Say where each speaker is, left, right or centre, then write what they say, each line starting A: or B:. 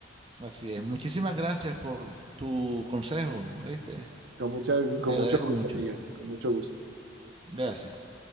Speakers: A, on the right; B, on the right.
A: Así es. Muchísimas gracias por tu consejo, ¿oíste?
B: Con, mucha, con
A: Te agradezco
B: mucho gusto,
A: mucho.
B: Miguel, con mucho gusto.
A: Gracias.